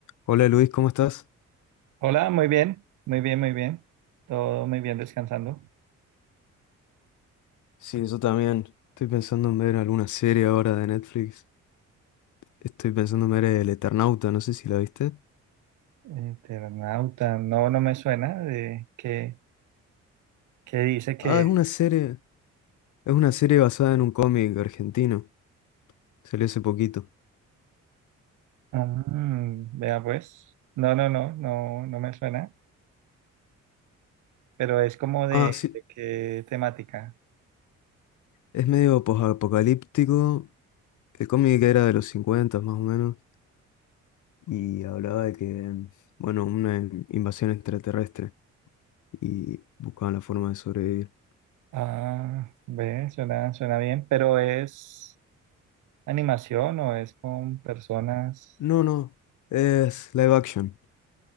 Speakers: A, on the left; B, on the right.
A: Hola Luis, ¿cómo estás?
B: Hola, muy bien, muy bien, muy bien. Todo muy bien descansando.
A: Sí, yo también. Estoy pensando en ver alguna serie ahora de Netflix. Estoy pensando en ver El Eternauta, no sé si la viste.
B: Eternauta, no, no me suena de que, que dice que...
A: Ah, es una serie, es una serie basada en un cómic argentino. Salió hace poquito.
B: Mm, vea pues. No, no, no, no, no me suena. Pero es como de,
A: Ah, sí,
B: de qué temática.
A: es medio posapocalíptico. El cómic era de los 50 más o menos y hablaba de que, bueno, una in- invasión extraterrestre y buscaban la forma de sobrevivir.
B: Ah, ve, suena, suena bien. Pero es animación o es con personas.
A: No, no, es live action,